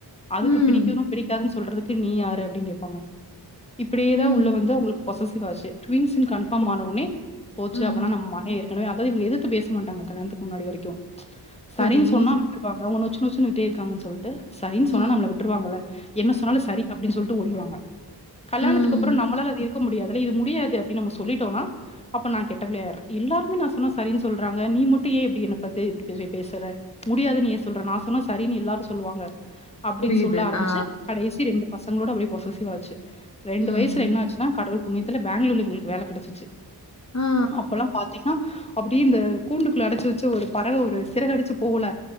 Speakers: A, on the left (about 15°); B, on the left (about 45°).
A: அதுக்கு
B: ம்.
A: பிடிக்குனு பிடிக்காதுன் சொல்றதுக்கு நீ யாரு அப்டின் கேப்பாங்க இப்டியேதா
B: ம்.
A: உள்ள வந்து அவுங்களுக்கு பொசஸிவ் ஆச்சு டவின்ஸுனு கன்ஃபார்ம் ஆனொன்னே போச்சு
B: ம்.
A: அப்பனா நம்ம மஹெ கனவே அதாது இவுங்க எதுத்து பேச மாட்டாங்க கல்யாணத்துக்கு முன்னாடி வரைக்கு சரின்
B: சரி.
A: சொன்னா விட்ருவாங்க அவுங்க நொ ச்சு நொச்சுனுக்ட்டே இருக்காங்கன் சொல்ட்டு சரின் சொன்னா
B: ம்.
A: நம்மள விட்ருவாங்கல்ல என்ன சொன்னாலு சரி அப்டின் சொல்ட்டு ஓடிருவாங்க கல்லாணத்துக்கப்பறொ
B: ம்.
A: நம்மளால அது இருக்க முடியாதுல்ல இது முடியாது அப்டின் நம்ம சொல்லிட்டோன்னா அப்ப நா கெட்டப் பிள்ளையாய்ற எல்லாருக்மே நா சொன்னா சரின் சொல்றாங்க நீ மட்டு ஏ இப்டி என்ன பாத்து இப்டி பேஸ்வ பேசற முடியாதுன் ஏ சொல்ற நா சொ ன்னா சரின் எல்லாரு சொல்லுவாங்க அப்டின்
B: புரியுது.
A: சொல்ல ஆரம்பிச்சு
B: ஆ.
A: கடைசி ரெண்டு பசங்களோட அப்டியே பொசஸிவ் ஆச்சு ரெண்டு
B: ம்.
A: வயஸ்ல என்னா ஆச்சுன்னா கடவுள் புண்ணியத்துல பேங்களூர்ல இவுங்களுக்கு வேல கடச்சிச்சி
B: ஆ.
A: அப்பொல்லா பாத்தீங் னா அப்டியே இந்த கூண்டுக்குள்ள அடச்சு வெச்ச ஒரு பறவ ஒரு சிறகடிச்சி போகுல்ல